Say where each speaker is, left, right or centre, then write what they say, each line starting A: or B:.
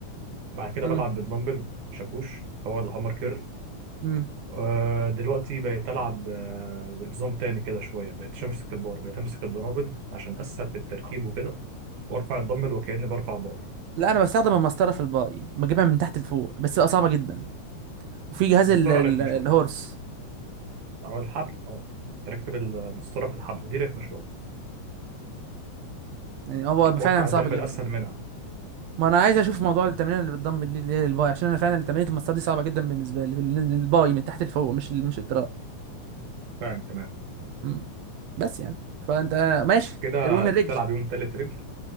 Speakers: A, on the right (about 85°); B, on the right (about 70°).
A: بعد كده
B: امم
A: بلعب بالدمبل شاكوش اللي هو الهامر كيرل
B: امم
A: آه، دلوقتي بقيت ألعب آه، بنظام تاني كده شوية بقيت أمسك البار بقيت أمسك الدنابل عشان أسهل في التركيب وكده وأرفع الدمبل وكأني برفع بار
B: لا انا بستخدم المسطره في الباي بجيبها من تحت لفوق بس بقى صعبه جدا وفي جهاز
A: مسطرة
B: ال... ال...
A: رخمة
B: الهورس
A: شوية أو الحبل أه تركب المسطرة في الحبل دي رخمة شوية
B: يعني هو
A: أتوقع
B: فعلا صعب
A: الدمبل
B: جدا
A: أسهل منها
B: ما انا عايز
A: تمام
B: اشوف موضوع التمرين اللي بتضم اللي اللي هي الباي عشان انا فعلا تمرينة المسار دي صعبه جدا بالنسبه لي بال- الباي من تحت لفوق مش ال- مش التراي
A: فاهم تمام
B: مم. بس يعني فانت ماشي
A: كده
B: اروي من
A: أنت
B: الرجل
A: بتلعب يوم تالت رجل